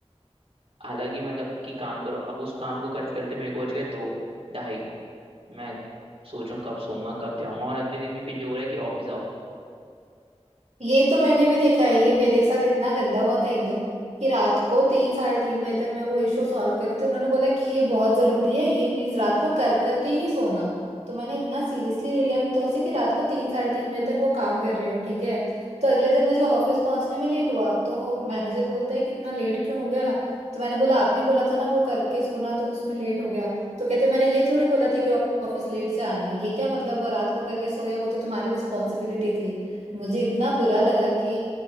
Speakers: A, on the right; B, on the right.
A: हालांकि मतलब कि काम करो अब उस काम को करते करते मेरे को बच गए दो ढाई मैं सोचूं कब सोऊंगा कब जाऊंगा और अगले दिन भी फिर ये हो रहा है कि ऑफिस आओ
B: ये तो मैंने भी देखा है ये मेरे साथ इतना गंदा हुआ था एक दिन कि रात को तीन साढ़े तीन बजे तक मैं वो इशू सॉल्व कर रही थी उन्होंने बोला कि ये बहुत जरूरी है ये प्लीज रात को कर करके ही सोना तो मैंने इतना सीरियसली ले लिया था उसे कि रात को तीन साढ़े तीन बजे तक वो काम कर रही हूँ ठीक है तो अगले दिन मुझे ऑफिस पहुंचने में लेट हुआ तो मैनेजर बोलता है कि इतना लेट क्यों हो गया तो मैंने बोला आपने बोला था ना वो करके सोना तो उसमें लेट हो गया तो कहते मैंने ये थोड़ी बोला था कि ऑफिस लेट से आना है ये क्या मतलब वो रात को करके सोया वो तो तुम्हारी रिस्पॉन्सिबिलिटी थी मुझे इतना बुरा लगा कि